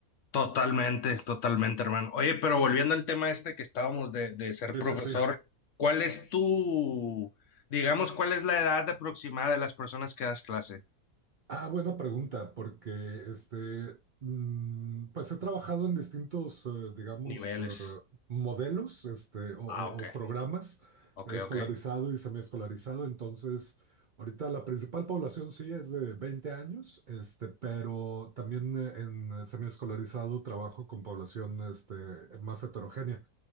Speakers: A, on the left; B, on the right.
A: Totalmente, totalmente, hermano. Oye, pero volviendo al tema este que estábamos de, de ser
B: Sí,
A: profesor,
B: sí, sí.
A: ¿cuál es tu, digamos, cuál es la edad aproximada de las personas que das clase?
B: Ah, buena pregunta, porque este, mm, pues he trabajado en distintos, eh, digamos,
A: Niveles.
B: eh, modelos, este, o, o-
A: Ah, ok,
B: o programas,
A: ok,
B: escolarizado
A: ok,
B: y semiescolarizado. Entonces, ahorita la principal población sí es de 20 años, este, pero también eh, en eh, semiescolarizado trabajo con población, este, más heterogénea.